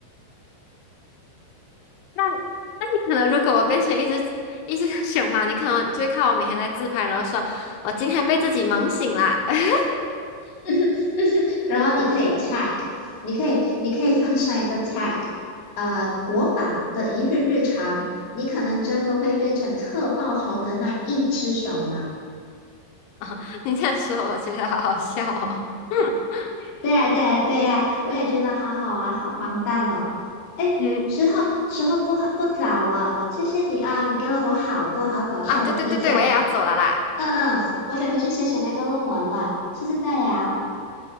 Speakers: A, on the left; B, on the left.
A: 那那你可能如果我变成一只一只熊嘛，你可能就会看我每天在自拍，然后说我今天被自己萌醒啦。<laughs>
B: <laughs> 然后你可以 tag，你可以你可以放上一个 tag，呃，国宝的一日日常，你可能真的会变成特爆红的那一只熊猫。
A: <laughs> 你这样说，我觉得好好笑哦。<laughs>
B: 对呀，对呀，对呀，我也觉得好好玩，好荒诞哦。哎，
A: 嗯，
B: 时候时候不不早了，谢谢你啊，你给了我好多好搞笑的意见。
A: 啊，对对对对，我也要走了啦。
B: 嗯嗯，我得回去写写那个论文了，下次再聊。
A: 嗯。